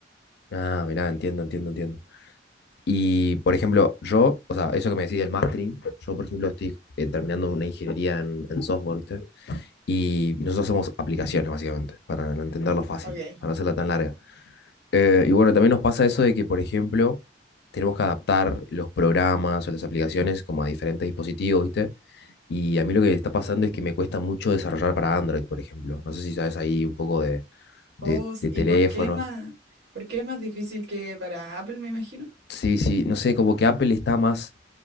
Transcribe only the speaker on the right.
Ok.
Oh, s-
¿y por qué es más, por qué es más difícil que para Apple, me imagino?